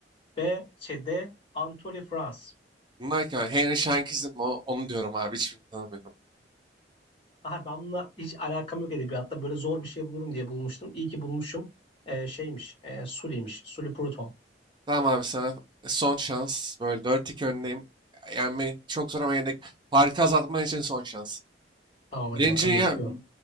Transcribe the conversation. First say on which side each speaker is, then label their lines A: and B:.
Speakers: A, on the left (about 30°); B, on the right (about 25°).
A: B. Şey, D. Anatole France.
B: Bunlar ki abi, Henry Shankizm o- onu diyorum abi hiçbirini tanımıyorum.
A: Aha, ben bununla hiç alakam yok edebiyatta. Böyle zor bir şey bulurum diye bulmuştum. İyi ki bulmuşum. Ee, şeymiş. E, Sully'miş. Sully Prudhomme.
B: Tamam abi sana e, son şans. Böyle dört 2 öndeyim. Yani çok zor ama yine de farkı azaltman için son şans.
A: Tamam hadi
B: Birinci
A: bakalım
B: Dünya,
A: bekliyorum.